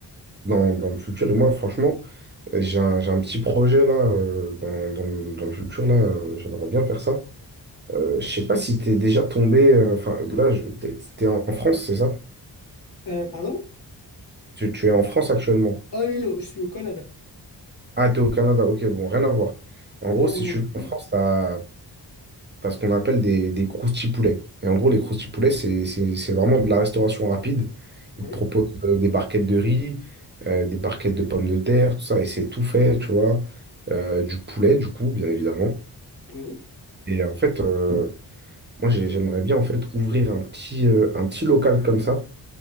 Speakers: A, on the right; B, on the left.
A: dans, dans le futur. Et moi, franchement, euh, j'ai un, j'ai un petit projet là, euh, dans, dans le, dans le futur, là, euh, j'aimerais bien faire ça. Euh, je sais pas si t'es déjà tombé, euh, enfin, là, je- t'es, t'es en France, c'est ça?
B: Euh, pardon?
A: Tu, tu es en France actuellement.
B: Ah non, non, je suis au Canada.
A: Ah, t'es au Canada, ok, bon, rien à voir. En gros,
B: Ah oui,
A: si tu veux, en France, t'as parce qu'on appelle des, des croustipoulets. Et en gros, les croustipoulets, c'est c'est- c'est vraiment de la restauration rapide.
B: oui,
A: Ils te proposent euh, des barquettes de riz, euh, des barquettes de pommes de terre, tout ça, et c'est tout fait, tu vois. Euh, du poulet, du coup, bien évidemment.
B: oui.
A: Et en fait, euh, moi, j'ai- j'aimerais bien en fait ouvrir un petit, euh, un petit local comme ça,